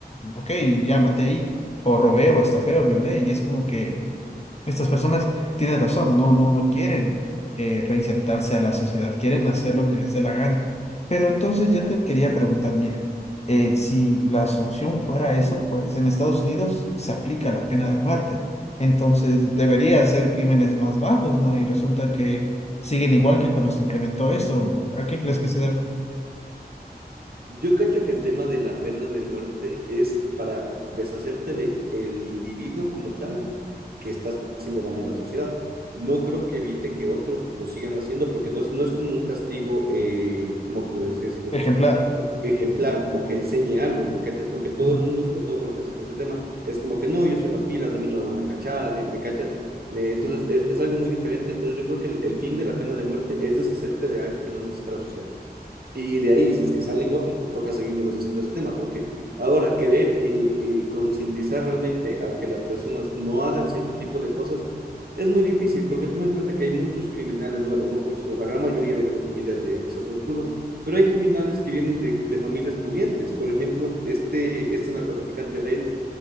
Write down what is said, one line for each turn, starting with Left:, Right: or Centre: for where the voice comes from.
Left: ok, ya maté y o robé o estafé o violé y es como que estas personas tienen razón, no, no, no quieren eh, reinsertarse a la sociedad, quieren hacer lo que les dé la gana. Pero entonces yo te quería preguntar, mira, eh, si la solución fuera eso, pues en Estados Unidos se aplica la pena de muerte. Entonces debería ser crímenes más bajos, ¿no? Y resulta que siguen igual que cuando se implementó esto. ¿A qué crees que se debe?
Right: Yo cacho que el tema de la pena de muerte es para deshacerte de el individuo como tal que está haciendo daño a la sociedad. No creo que evite que otros lo sigan haciendo porque no es, no es como un castigo, eh, como puedes decirlo,
Left: Ejemplar.
Right: ejemplar, como que enseñe algo, ¿me cachas? Porque todo
Left: Ujú.
Right: el mundo, sobre todo cuando se está ese tema, es como que no, yo soy más pilas, a mí no me van a cachar, a mí, ¿me cachas? Me- entonces es, es algo muy diferente. Entonces yo creo que el, el fin de la pena de muerte es deshacerte de algo que no necesita la sociedad. Y de ahí, si es que salen otros, pues toca seguirnos deshaciendo ese tema, porque ahora querer eh, eh, concientizar realmente a que las personas no hagan cierto tipo de cosas es muy difícil, porque toma en cuenta que hay muchos criminales, bueno, no muchos, pues la gran mayoría vienen de familias de escasos recursos, pero hay criminales que vienen de, de familias pudientes. Por ejemplo, este, este narcotraficante de